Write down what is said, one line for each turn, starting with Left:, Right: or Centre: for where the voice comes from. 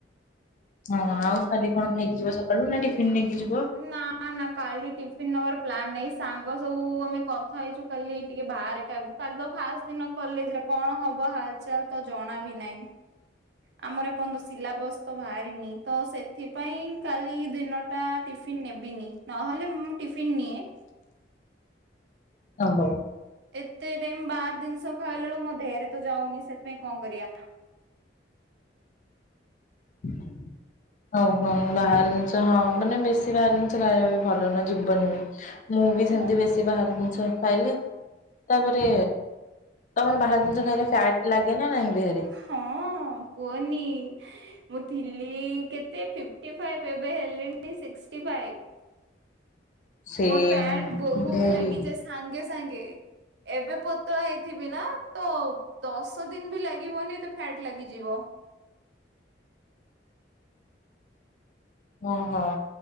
Left: ହଁ ଆଉ କାଲି କଣ ଖାଇକି ଯିବ ସକାଳୁ ନା ଟିଫିନ୍ ନେଇକି ଯିବ?
Right: ନା ନା କାଲି ଟିଫିନ୍ ନବାର ପ୍ଲାନ୍ ନାଇଁ ସାଙ୍ଗ ସବୁ ଆମେ କଥା ହେଇଛୁ। କାଲି ଟିକେ ବାହାରେ ଖାଇବୁ କାଲି ବ ଫାଷ୍ ଦିନ କଲେଜରେ କଣ ହବ ହାଲ୍ଚାଲ୍ ତ ଜଣା ଭି ନହିଁ।
Left: <inaudible> ହ
Right: ଆମର ଏ ପର୍ଯ୍ୟନ୍ତ ସିଲାବସ ତ ବାହାରିନି ତ ସେଥିପାଇଁ କାଲି ଦିନଟା ଟିଫ୍ ଫିନ୍ ନେବିନି ନହଲେ ମୁଁ ଟିଫିନ୍ ନିଏ।
Left: <inaudible> ଓହୋ
Right: ଏତେ ଟାଇମ୍ ବାର ଦିନିଷ ଖାଇଲା ଏଳୁ ମୋ ଦେହରେ ତ ଯାଉନି ସେଥିପାଇଁ କଣ କରିୟା।
Left: <inaudible> ହୁଁ ହଉଁ ହଉଁ ବାହାହାର ଦିନିଷ ହଁ ମାନେ ବେଶୀ ବାହାର ଦିନିଷ ଖାଇବା ବି ଭଲ ନୁଅ ଯିବନି ବି। ମୁଁ ବି
Right: ସେ
Left: ସେମିତି
Right: ବା
Left: ବେଶୀ ବାହାର ଜିନିଷ ଖାଇଲେ ତାପରେ ତମର ବାହାର ଜିନିଷ ଖାଇଲେ ଫ୍ୟାଟ ଲାଗେ ନା ନାଇଁ ଦେହରେ?
Right: ହଁ କୁଅନି। ଏଁ ମୁଁ ଥିଲି କେତେ ଫିପ୍ଟି ଫାଇପ୍ ଏବେ ହେଲିଣି ସିକ୍ଟି ଫାଇପ୍।
Left: ସେ
Right: ମୋ ଫ୍ୟାଟ୍
Left: ମୁଁ
Right: ବହୁତୁ ଲାଗିଯେସ୍
Left: ବି
Right: ସାଙ୍ଗେ ସାଙ୍ଗେ। ଏବେ ପତଳା ହେଇଥିବି ନାଁ ତଉ ଦଶ ଦିନି ବି ଲାଗିବନି ତ ଫ୍ୟାଟ ଲାଗିଯିବ।
Left: ଙହ।